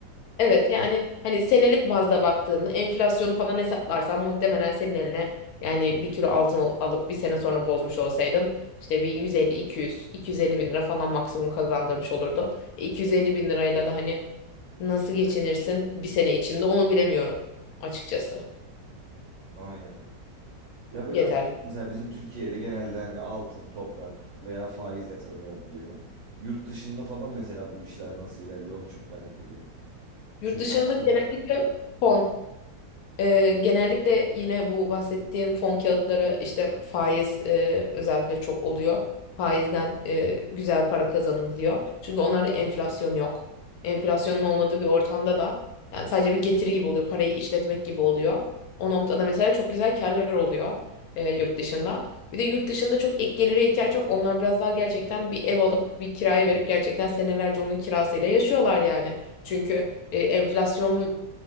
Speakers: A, on the left; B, on the right.
A: Evet yani hani senelik bazda baktığında enflasyonu falan hesaplarsan muhtemelen senin eline yani bir kilo altın al- alıp bir sene sonra bozmuş olsaydın işte bir 150-200, 250 bin lira falan maksimum kazandırmış olurdu. E, 250 bin lirayla da hani nasıl geçinirsin bir sene içinde onu bilemiyorum açıkçası.
B: Aynen. Ya böyle
A: Yeterli.
B: acaba mesela bizim Türkiye'de genelde hani altın, toprak veya faiz yatırımı yapılıyor. Yurt dışında falan mesela bu işler nasıl ilerliyor onu çok merak ediyorum.
A: Yurt
B: Çünkü
A: dışında
B: hani orada
A: genellikle fon. Ee, genellikle yine bu bahsettiğin fon kağıtları işte faiz e, özellikle çok oluyor. Faizden e, güzel para kazanılıyor. Çünkü onlarda enflasyon yok. Enflasyonun olmadığı bir ortamda da yani sadece bir getiri gibi oluyor. Parayı işletmek gibi oluyor. O noktada mesela çok güzel karlar oluyor e, yurt dışında. Bir de yurt dışında çok ek gelire ihtiyaç yok. Onlar biraz daha gerçekten bir ev alıp bir kiraya verip gerçekten senelerce onun kirasıyla yaşıyorlar yani. Çünkü e, enflasyon